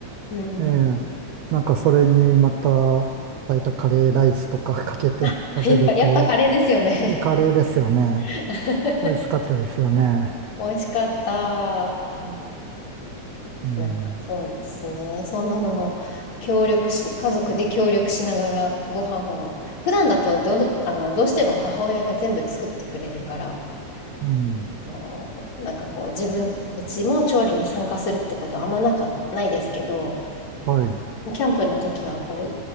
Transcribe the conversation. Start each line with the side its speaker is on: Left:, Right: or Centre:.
Left: うん。
Right: ええ、なんかそれにまた、炊いたカレーライスとか <laughs> かけて
Left: あ、
Right: <laughs> 食べると、
Left: やっぱ、やっぱカレーですよね。
Right: カレーですよね。
Left: <laughs>
Right: 美味しかったですよね。
Left: 美味しかった。うん
Right: うん、
Left: なんかそうですね。そんなのも協力し、家族で協力しながらご飯を、普段だとどう、あの、どうしても母親が全部作ってくれるから、
Right: うん、
Left: あの、なんかこう自分たちも調理に参加するってことはあんまなか、ないですけど、
Right: はい、
Left: キャンプの時はこ